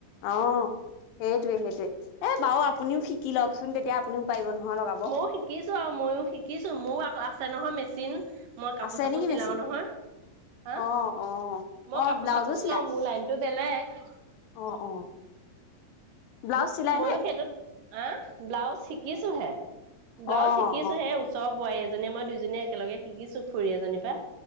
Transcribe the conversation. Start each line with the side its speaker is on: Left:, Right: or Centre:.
Left: অ সেইটোৱে সেইটোৱে, এ বাৰু আপুনিও শিকি লওকচোন তেতিয়া আপুনিও পাৰিব নহয় লগাব।
Right: ময়ো শিকিছো আৰু ময়ো শিকিছো মোৰ আকৌ আ আছে নহয় মেচিন, মই কাপোৰ
Left: আছে
Right: চাপোৰ
Left: নেকি
Right: চিলাও
Left: মেচিন
Right: নহয়, হা
Left: অ অ
Right: মই
Left: অ
Right: কাপোৰ
Left: ব্লাউজো
Right: চাপোৰ চিলাও
Left: চিলাই
Right: মোৰ লাইনতটো বেলেগ।
Left: অ অ ব্লাউজ চিলাই
Right: মইয়ো
Left: নে
Right: সেইটোত অ', ব্লাউজ শিকিছোহে, ব্লাউজ
Left: অ',
Right: শিকিছোহে।
Left: অ',
Right: ওচৰৰ বোৱাৰী এজনীয়ে মই দুইজনীয়ে একেলগে শিকিছোঁ, খুৰী এজনীৰ পৰা।